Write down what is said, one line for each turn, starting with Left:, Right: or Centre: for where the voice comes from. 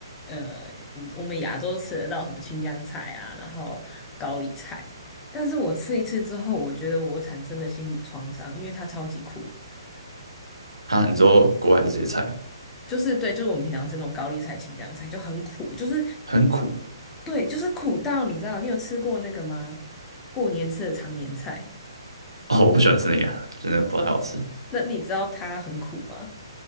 Left: 呃，嗯我们亚洲吃得到什么青江菜啊，然后高丽菜，但是我吃一次之后，我觉得我产生的心理创伤，因为它超级苦，
Right: 啊，你说国外的这些菜
Left: 就是对，就是我们平常吃那种高丽菜、青江菜就很苦，就是
Right: 很苦
Left: 对，就是苦到你知道，你有吃过那个吗？过年吃的常年菜，
Right: 哦，我不喜欢吃那个啊，真的不太好吃，
Left: 那你知道它很苦吗？